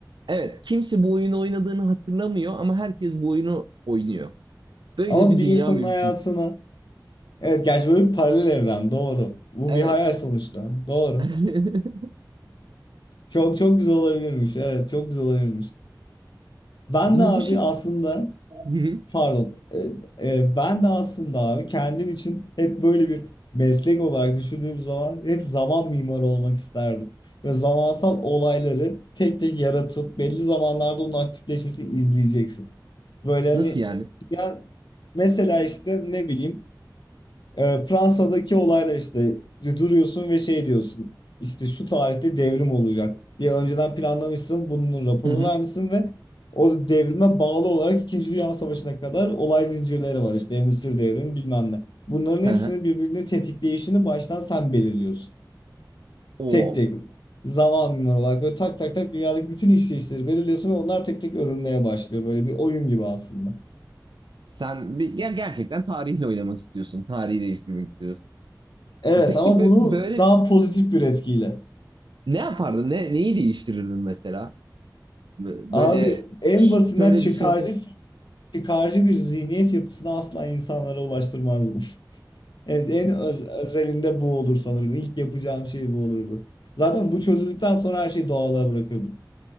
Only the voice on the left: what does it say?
Ama
bir
insanın
hayatını evet gerçi böyle bir paralel evren doğru. Bu
bir hayal sonuçta. Doğru.
Çok çok güzel olabilirmiş. Evet çok güzel olabilirmiş. Ben
de abi
aslında
Pardon. Ee, e, ben de aslında abi kendim için hep böyle bir meslek olarak düşündüğüm zaman hep zaman mimarı olmak isterdim. Ve zamansal olayları tek tek yaratıp belli zamanlarda onun aktifleşmesini izleyeceksin. Böyle
hani
yani mesela işte ne bileyim e, Fransa'daki olaylar işte duruyorsun ve şey diyorsun işte şu tarihte devrim olacak diye önceden planlamışsın bunun raporunu
vermişsin ve o devrime bağlı olarak İkinci Dünya Savaşı'na kadar olay zincirleri var işte endüstri devrimi bilmem ne. Bunların hepsinin
birbirini tetikleyişini baştan sen belirliyorsun.
Tek tek zaman mimar olarak böyle tak tak tak dünyadaki bütün işleyişleri belirliyorsun ve onlar tek tek örülmeye başlıyor. Böyle bir oyun gibi aslında.
Evet
ama
bunu
daha pozitif bir etkiyle.
Abi
en
basitinden
çıkarcı
çıkarcı bir zihniyet yapısına asla insanlara ulaştırmazdım. <laughs> Evet, en öz- özelinde bu olur sanırım. İlk yapacağım şey bu olurdu. Zaten bu çözüldükten sonra her şeyi doğala bırakırdım.